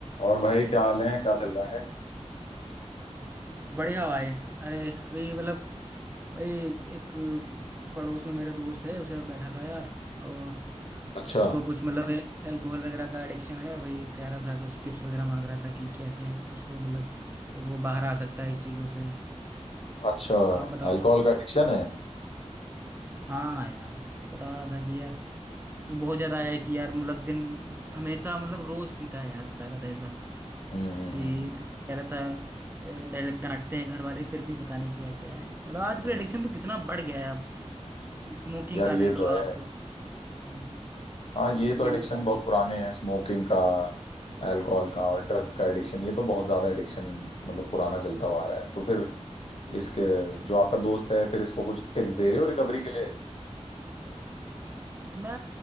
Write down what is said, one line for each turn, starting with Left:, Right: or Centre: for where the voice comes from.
Left: और भाई क्या हाल है क्या चल रहा है
Right: बढ़िया भाई अरे अभी मतलब भाई एक पड़ोस में मेरे दोस्त है उसके साथ बैठा था यार और
Left: अच्छा
Right: उसको कुछ मतलब अच्छा अल्कोहल वगैरह का एडिक्शन है वही कह रहा था कुछ टिप्स वगैरह मांग रहा था कि कैसे उसको मतलब वो बाहर आ सकता है इस चीज़ों से
Left: अच्छा
Right: आप बताओ
Left: अल्कोहल का एडिक्शन है
Right: हाँ यार बता रहा था कि
Left: हम्म,
Right: यार ये बहुत ज़्यादा है कि यार मतलब दिन हमेशा मतलब रोज़ पीता है यार बता रहा था ऐसा
Left: हम्म
Right: कि
Left: हम्म
Right: तो कह रहा था डायरेक्ट डांटते हैं घर वाले फिर भी पता नहीं क्या क्या है मतलब आजकल
Left: हम्म,
Right: एडिक्शन
Left: हम्म।
Right: तो कितना बढ़ गया है आप कि स्मोकिंग
Left: यार
Right: का
Left: हम्म,
Right: ले
Left: ये
Right: लो
Left: तो
Right: आप
Left: है
Right: हम्म,
Left: हाँ
Right: तो
Left: ये
Right: वही
Left: तो एडिक्शन
Right: बता रहा
Left: बहुत पुराने हैं स्मोकिंग का अल्कोहल का और ड्रग्स का एडिक्शन ये तो बहुत ज्यादा एडिक्शन मतलब पुराना चलता हुआ आ रहा है तो फिर इसके जो आपका दोस्त है फिर इसको कुछ टिप्स दे रहे हो रिकवरी के लिए
Right: मैं